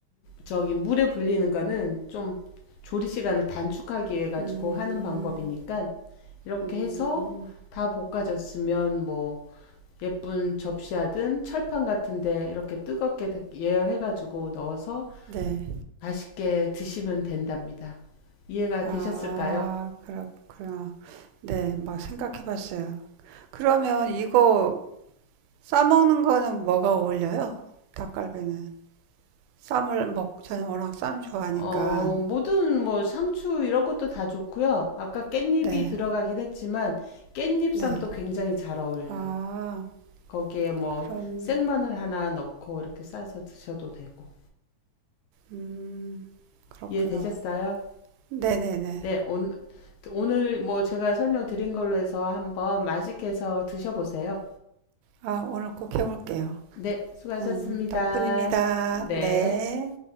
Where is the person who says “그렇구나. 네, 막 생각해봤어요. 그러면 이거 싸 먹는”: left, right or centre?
Right